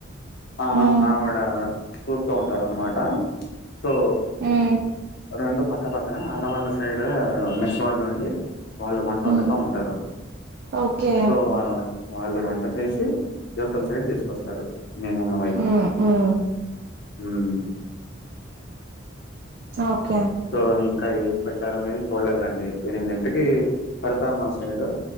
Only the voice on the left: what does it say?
ఆ
ఆవిడ చూస్తూ ఉంటారు అనమాట సో
రెండు పక్క పక్కన ఆడవాళ్ళ సైడ్ మెస్ వాళ్ళు ఉండి వాళ్ళు వంట వండుతా
ఉంటారు
సో వ వాళ్ళు వంట చేసి యువతల సైడ్ తీస్కొస్తారు మేము ఉన్న వైపు
ఉమ్
సో ఇంకా ఏం పెట్టారు అనేది చూడలేదండి ఎనిమిదింటికి పెడతారు మాసైడు